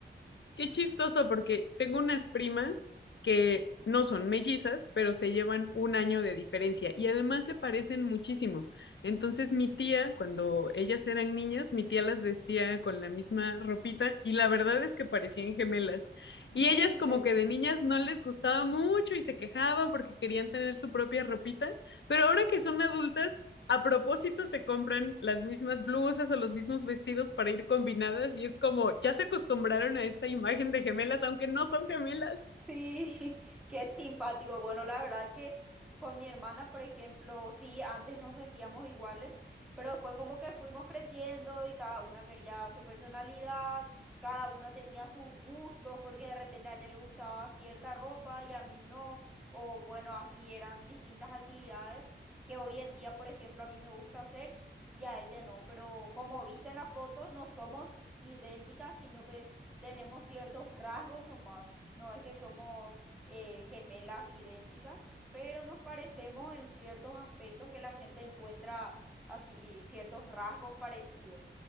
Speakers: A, on the left (about 70°); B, in the centre.
A: Qué chistoso, porque tengo unas primas que no son mellizas, pero se llevan un año de diferencia y además se parecen muchísimo. Entonces mi tía, cuando ellas eran niñas, mi tía las vestía con la misma ropita y la verdad es que parecían gemelas. Y
B: <laughs>
A: ellas
B: en serio.
A: como que de niñas no les gustaba mucho y se quejaban porque querían tener su propia ropita, pero ahora que son adultas, a propósito se compran las mismas blusas o los mismos vestidos para ir combinadas y es como, ya se acostumbraron a esta imagen de gemelas, aunque no son gemelas.
B: Sí, <laughs> qué simpático. Bueno, la verdad que con mi hermana, por ejemplo, sí, antes nos vestíamos iguales, pero después como que fuimos creciendo y cada una quería su personalidad, cada una tenía sus gustos, porque de repente a ella le gustaba cierta ropa y a mí no, o bueno, así eran distintas actividades que hoy en día, por ejemplo, a mí me gusta hacer y a ella no, pero como viste en la foto, no somos idénticas, sino que tenemos ciertos rasgos nomás. No es que somos eh, gemelas idénticas, pero nos parecemos en ciertos aspectos que la gente encuentra así, ciertos rasgos parecidos.